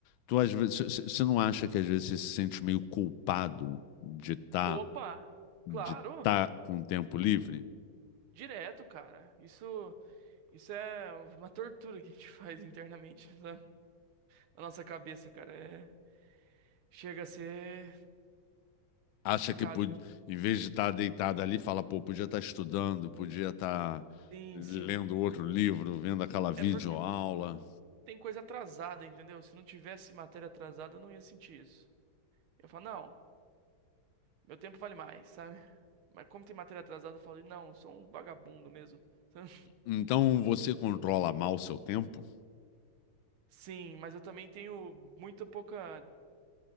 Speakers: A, on the left; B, on the right.
A: tu às vezes, você não acha que às vezes você se sente meio culpado de estar
B: Opa!
A: de
B: Claro!
A: tá com o tempo livre?
B: Direto, cara. Isso, isso é uma tortura que a gente <laughs> faz internamente na, na nossa cabeça, cara. É, chega a ser
A: acha
B: complicado,
A: que pod-
B: viu?
A: em vez de estar deitado ali, fala, pô, podia estar estudando, podia estar
B: Sim,
A: lendo
B: sim.
A: outro livro, vendo aquela videoaula.
B: É porque tem coisa atrasada, entendeu? Se não tivesse matéria atrasada, eu não ia sentir isso. Eu falo, não, meu tempo vale mais, sabe? <laughs> Mas como tem matéria atrasada, eu falo, não, sou um vagabundo mesmo. <laughs> sabe?
A: Então você controla mal o seu tempo?
B: Sim, mas eu também tenho muita pouca